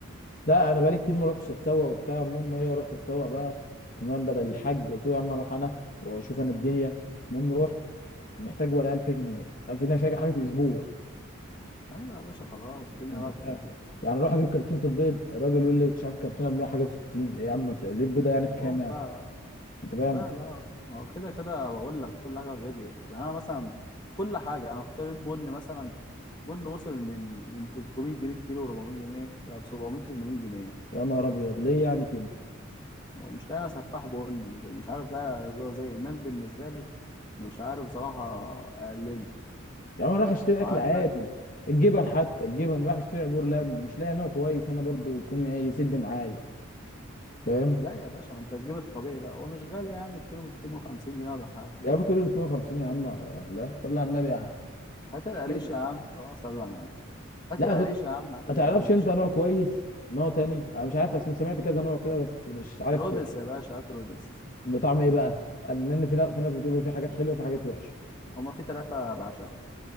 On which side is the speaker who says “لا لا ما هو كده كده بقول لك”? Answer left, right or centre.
Left